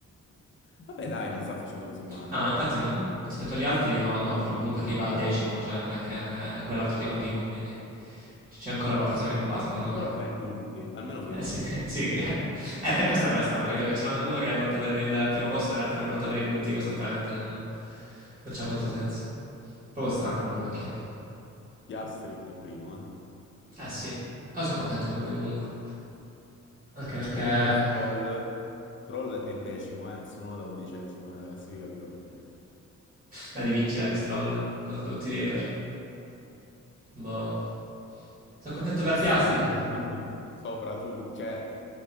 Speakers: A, on the left (about 40°); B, on the right (about 25°).
A: Vabbè, dai, non sta facendo così male.
B: No, no, infatti non- rispetto agli altri no, no, però comunque arriva decimo, cioè non è che eh, quell'altro arriva primo, quindi c'è ancora qualcosa che non va secondo me.
A: Però fai i punti, almeno fai
B: Eh
A: i
B: sì,
A: punti.
B: <laughs> sì, che- eh, <laughs> questa è la cosa strana, vedo che ce n'hanno uno che lotta per il primo posto e l'altro che lotta per i punti costantemente, mm, non c'ha molto senso. Proprio strana quella macchina.
A: Piastri è primo, eh.
B: Eh sì, io sono contento per lui comunque, anche perché
A: Comunque
B: la
A: Stroll, Stroll è decimo, eh, Tsunoda undicesimo nella classifica piloti.
B: rivincita di Stroll contro tutti i hater. Boh, sono contento
A: Ma
B: per
A: Stroll
B: Piastri,
A: fa tipo sopra tu, cioè